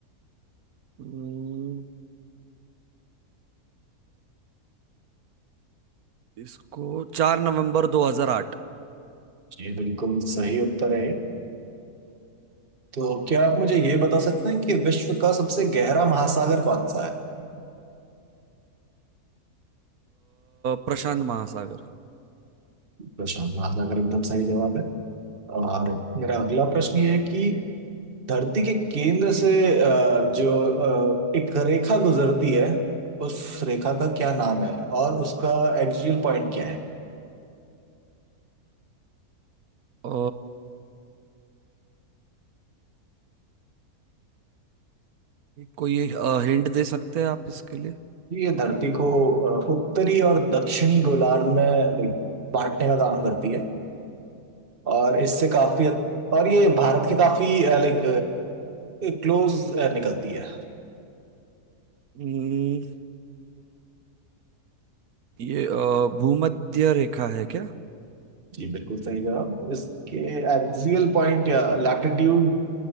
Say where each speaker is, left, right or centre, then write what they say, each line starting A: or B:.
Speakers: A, on the right; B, on the right.
A: अम्म, इसको चार नवंबर 2008 अ,
B: जी बिल्कुल सही उत्तर है ये तो क्या आप मुझे ये बता सकते हैं कि विश्व का सबसे गहरा महासागर कौन सा है
A: प्रशांत महासागर
B: प्रशांत महासागर एकदम सही जवाब है और मेरा अगला प्रश्न ये है कि धरती के केंद्र से अ, जो अ, एक रेखा गुजरती है उस रेखा का क्या नाम है और उसका एक्सियल पॉइंट क्या है
A: अ, कोई अ, हिंट दे सकते हैं आप इसके लिए
B: ये धरती को अ, उत्तरी और दक्षिणी गोलार्ध में like, बांटने का काम करती है और इससे काफी हद- और ये भारत के काफी लाइक क्लोज निकलती है
A: अम्म, ये अ, भूमध्य रेखा है क्या
B: जी बिल्कुल सही जवाब इसके एक्सियल पॉइंट या लैटिट्यूड